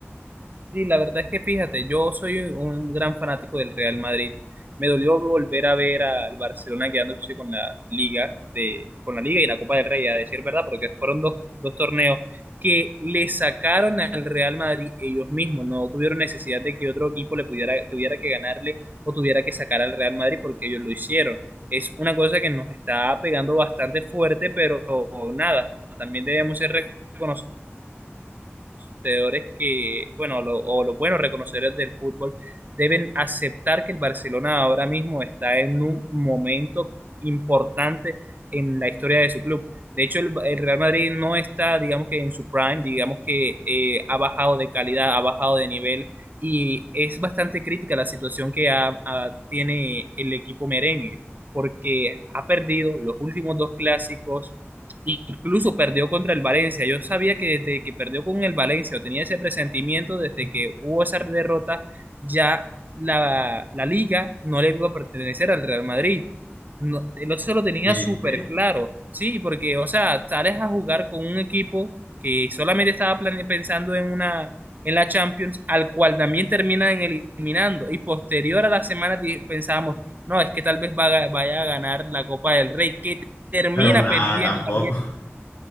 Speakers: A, on the right; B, on the left.
A: Sí, la verdad es que fíjate, yo soy un gran fanático del Real Madrid. Me dolió volver a ver al Barcelona quedándose con la Liga de, con la Liga y la Copa del Rey, a decir verdad, porque fueron dos, dos torneos que le sacaron al Real Madrid ellos mismos. No tuvieron necesidad de que otro equipo le pudiera, tuviera que ganarle o tuviera que sacar al Real Madrid porque ellos lo hicieron. Es una cosa que nos está pegando bastante fuerte, pero nada, también debemos ser reconocidos conocedores que, bueno, lo- o los buenos reconocedores del fútbol deben aceptar que el Barcelona ahora mismo está en un momento importante en la historia de su club. De hecho, el, el Real Madrid no está, digamos que en su prime, digamos que eh, ha bajado de calidad, ha bajado de nivel y es bastante crítica la situación que ha- ha- tiene el equipo merengue porque ha perdido los últimos dos clásicos Incluso perdió contra el Valencia. Yo sabía que desde que perdió con el Valencia, o tenía ese presentimiento desde que hubo esa derrota, ya la, la liga no le iba a pertenecer al Real Madrid. No, el otro se lo tenía
B: Sí,
A: súper
B: sí.
A: claro. Sí, porque, o sea, sales a jugar con un equipo que solamente estaba plane- pensando en una en la Champions, al cual también terminan eliminando. Y posterior a la semana di- pensábamos, no, es que tal vez va a ga- vaya a ganar la Copa del Rey, que termina
B: Pero nada,
A: perdiendo
B: tampoco.
A: también.
B: <laughs>